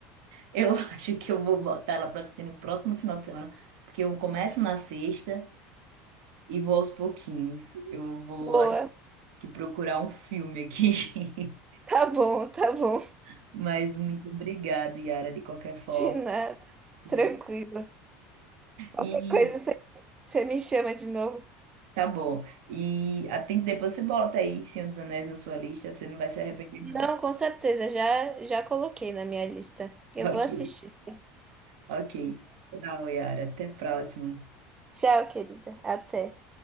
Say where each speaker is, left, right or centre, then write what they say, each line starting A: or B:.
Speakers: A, on the right; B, on the right.
A: Eu acho que eu vou botar ela pra assistir no próximo final de semana, porque eu começo na sexta e vou aos pouquinhos. Eu vou,
B: Boa.
A: acho que, procurar um filme aqui.
B: Tá bom, tá bom.
A: <laughs> Mas muito obrigada, Yara, de qualquer
B: <laughs>
A: forma,
B: De nada.
A: viu?
B: Tranquilo. Qualquer
A: E
B: coisa você você me chama de novo.
A: tá bom. E atende, depois você bota aí Senhor dos Anéis na sua lista, você não vai se arrepender, não.
B: Não,
A: <laughs>
B: com certeza. Já, já coloquei na minha lista. Eu
A: Ok,
B: vou assistir. sim.
A: ok. Tchau, Yara. Até a próxima.
B: Tchau, querida. Até.